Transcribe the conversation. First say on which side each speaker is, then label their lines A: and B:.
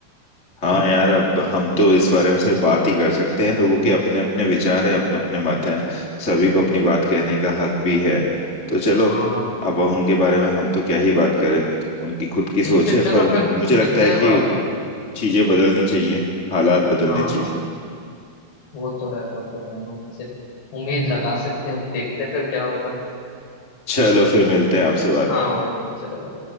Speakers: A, on the left; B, on the left.
A: हाँ यार अब हम तो इस बारे में सिर्फ बात ही कर सकते हैं लोगों के अपने अपने विचार हैं अपने अपने मत हैं सभी को अपनी बात कहने का हक भी है तो चलो
B: हाँ
A: अब हम उनके बारे में हम तो क्या ही बात करें उनकी खुद की
B: ठीक
A: सोच
B: है चलो
A: है पर
B: फिर
A: मुझे लगता
B: मिलते
A: है
B: हैं
A: कि
B: बाद में
A: चीजें बदलनी चाहिए हालात बदलने
B: हाँ
A: चाहिए
B: हाँ वो तो है वो तो है हम सिर्फ उम्मीद लगा सकते हैं अब देखते हैं फिर क्या होता है
A: चलो फिर मिलते हैं आपसे बाद
B: हाँ
A: में
B: भाई चलो भाई